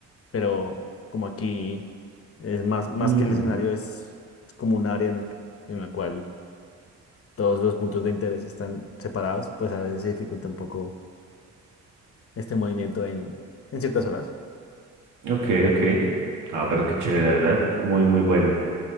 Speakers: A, on the left; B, on the right.
A: pero como aquí es más, más
B: mm,
A: que el escenario, es, es como un área en el- en la cual todos los puntos de interés están separados, pues a veces se dificulta un poco este movimiento en, en ciertas horas.
B: ok, ok. Ah, pero qué chévere, la verdad. Muy, muy bueno.